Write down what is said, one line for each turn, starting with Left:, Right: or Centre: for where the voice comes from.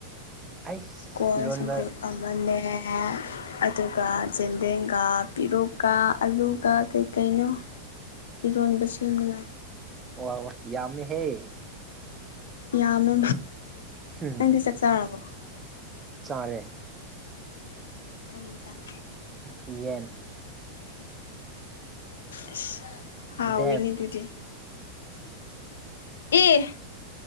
Right: ꯑꯩꯁ
Left: ꯁꯀꯣꯁ
Right: ꯏꯔꯣꯟꯕ
Left: ꯆꯝꯐꯨꯠ ꯑꯃꯅꯦ ꯑꯗꯨꯒ ꯖꯦꯟꯗꯦꯝ ꯀꯥ ꯄꯤꯔꯨꯛꯀꯥ ꯑꯂꯨꯒ ꯀꯩꯀꯩꯅꯣ ꯏꯔꯣꯟꯕ ꯁꯦꯝꯅꯤꯡꯉꯥꯏ
Right: ꯑꯣꯋꯥ ꯋꯥ ꯌꯝꯃꯦꯍꯦ
Left: ꯌꯥꯝꯃꯦ
Right: ꯎꯝ
Left: ꯅꯪꯗꯤ ꯆꯥꯛꯆꯥꯥꯔꯕꯣ
Right: ꯆꯥꯔꯦ
Left: ꯀꯩ ꯏꯟꯖꯥꯡ
Right: ꯎꯝ ꯌꯦꯟ
Left: ꯑꯁ ꯍꯥꯎꯋꯤꯅꯦ
Right: ꯗꯦꯝ
Left: ꯑꯗꯨꯗꯤ ꯑꯤ